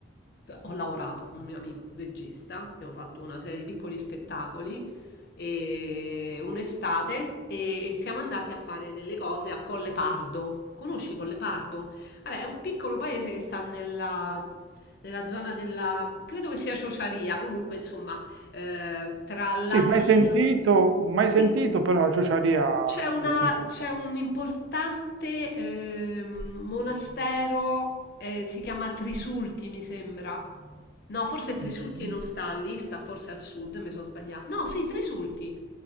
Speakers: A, on the left; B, on the right.
A: ho lavorato con un mio amico regista, abbiamo fatto una serie di piccoli spettacoli e un'estate e, e siamo andati a fare delle cose a Colle Pardo. Conosci Colle Pardo? Vabbè, è un piccolo paese che sta nella, nella zona della, credo che sia Ciociaria, comunque insomma ehm, tra latino
B: Sì, mai sentito,
A: s
B: mai
A: sì.
B: sentito, però la ciociaria
A: C'è una
B: l'ho sentita.
A: c'è un importante, ehm, monastero, ehm, si chiama Trisulti mi sembra. No, forse Trisulti
B: Mhm.
A: non sta lì, sta forse al sud, mi sono sbagliata. No, sì, Trisulti.